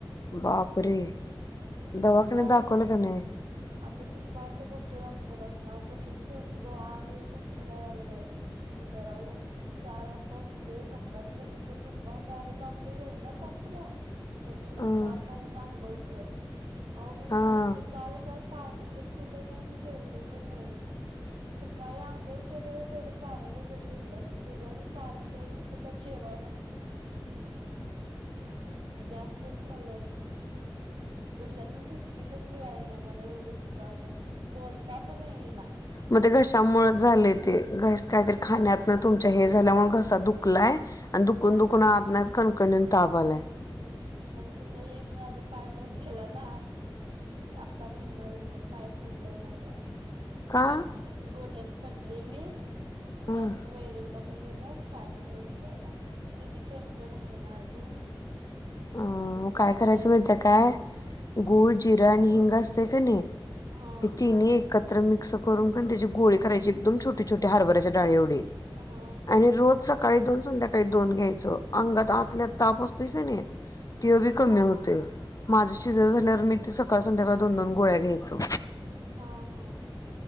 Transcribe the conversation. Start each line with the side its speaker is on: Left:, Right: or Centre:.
Left: बापरे दवाखान्यात
Right: दुपारही
Left: दाखवलं का नाही?
Right: आता दुपारच कोठत दगत असणार त झलंग रथराय लागलं म्ह चार वा उठले पप्पानी बघितलं तर पप्पा म्हणे अरे बापरे एवढा तापतला तर म्हणडात
Left: अं
Right: गार पाणी नांगोळकर अ मी
Left: हा
Right: म्हणजे काल काय पाणी पण पिले नाही आणि जेवले पण नाही मी सकाळी आंघोळ केले तेवढे पाण्याचा घोठ घेतला असेल ते जेवर्हा मी पाणी प्याय नव्हतं का जेव अ घस्त झा घशातून थुक्की की पण घे ना मला एवढं दु क आलं ब त्यापण ये ना
Left: मग ते घशामुळे झाले ते घ काहीतरी खाण्यातन
Right: हा
Left: तुमच्या हे झाल्यामुळे घसा दुखलाय आणि दुकून दुखून आ कनकनून तावाल आहे <inaudible>
Right: तस ह माझा पाय मोडलेला ना आता महिना झाला पाय मोडलाय मा
Left: का
Right: पड घोटत पडले मी
Left: हं
Right: गायस म वैरून टाक गेल्या पाय मोडल्याला तझी कणकण आहे ना अजून
Left: अ
Right: अजून जास्त
Left: काय करायचं
Right: रस
Left: माहि काय
Right: हा
Left: गूळ जिरां आणि हिंग असतय का नाही
Right: हा
Left: इ नक तर मिक्स करूनण त्याची गोळी करायची एकदम छोटेछटे हारबराच्या डाळी एवे
Right: हा
Left: आणि रोज सका काळी दोन संध्याकाळी दोन घ्यायचं अंगात आतल्यात ताप असतोय का नाही
Right: हा हा
Left: ते बी
Right: हा
Left: कमी होते माझं शिजव झाल्यावर मी ते सकाळ संध्याकाळ दोन दोन गोळ्या घ्यायचं
Right: हा हा